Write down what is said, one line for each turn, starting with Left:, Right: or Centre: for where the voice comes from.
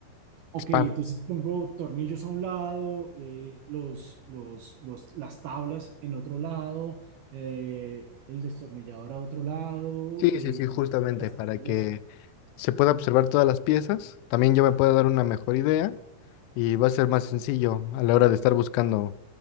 Right: Ok,
Left: Expandas.
Right: entonces pongo tornillos a un lado, eh, los, los, los- las tablas en otro lado, eh, el destornillador a otro lado,
Left: Sí,
Right: eh,
Left: sí, sí, justamente
Right: las
Left: para
Right: varillas.
Left: que se pueda observar todas las piezas. También yo me puedo dar una mejor idea y va a ser más sencillo a la hora de estar buscando